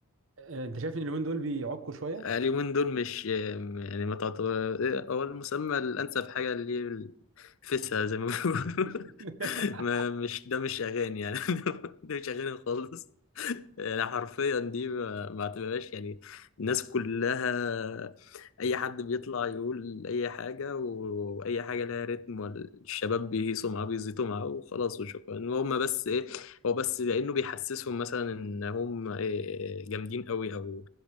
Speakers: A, on the right (about 60°); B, on the left (about 65°).
A: آه، انت شايف ان اليومين دول بيعكوا شويه
B: آه، اليومين دول مش يعني ما تعتبر آه، هو المسمى الأنسب حاجة اللي فيسها زي ما بيقولوا
A: <laughs>
B: <laughs> ما مش ده مش أغاني يعني <laughs> ده مش أغاني خالص يعني حرفيا دي ما ما اعتبرهاش يعني الناس كلها أي حد بيطلع يقول أي حاجة وأي حاجة لها رتم والشباب بيهيصوا معاه بيزيطوا معاه وخلاص وشكرا وهم بس إيه هو بس لأنه بيحسسهم مثلا إن هم إيه جامدين قوي أو